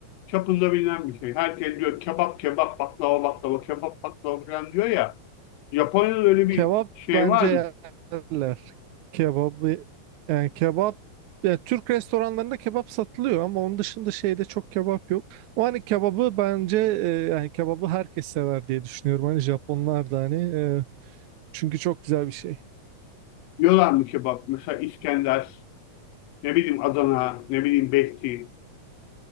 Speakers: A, on the left; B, on the right.
A: çapında bilinen bir şey. Herkes diyor kebap kebap baklava baklava kebap baklava falan diyor ya. Japonya'da öyle bir
B: kebap
A: şey
B: bence
A: var mı?
B: yerler. Kebabı yani kebap ya Türk restoranlarında kebap satılıyor ama onun dışında şeyde çok kebap yok. O hani kebabı bence e, yani kebabı herkes sever diye düşünüyorum. Hani Japonlar da hani e, çünkü çok güzel bir şey.
A: Yiyorlar mı kebap? Mesela İskender, ne bileyim Adana, ne bileyim Behti.